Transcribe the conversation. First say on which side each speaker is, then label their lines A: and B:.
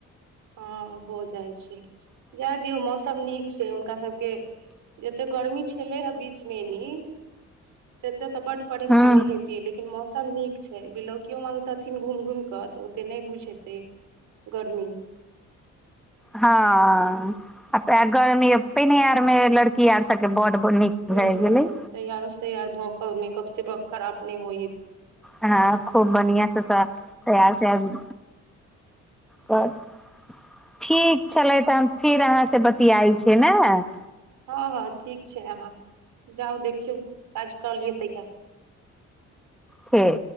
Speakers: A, on the right; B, in the centre.
A: हँ हो जाइ छै जाए दियौ मौसम नीक छै हुनका सब केँ जते गर्मी छले हे बीच मे ऐनी <inaudible> तत्ते तऽ बड परेशानी
B: हँ
A: हे लेकिन मौसम नीक छै बिलौकियो मांगतथिन घुम घुम कऽ तऽ ओते नै बुझेते गर्मी
B: हँ <inaudible> ते गर्मि पहिने आर में लड़की आर सबकेँ बर नीक
A: हू
B: भए गेलै
A: <inaudible> तैयारो सैयार भऽ कऽ मेकअप से खराब नै होइ है
B: हँ खूब बढ़िया सब स तैयार <unintelligible> ठीक छलै तऽ हम फिर अहाँ से बति आइ छियै न
A: हँ हँ ठीक छै आहा‌ जाउ देखियौ काज कल तय क
B: ठीक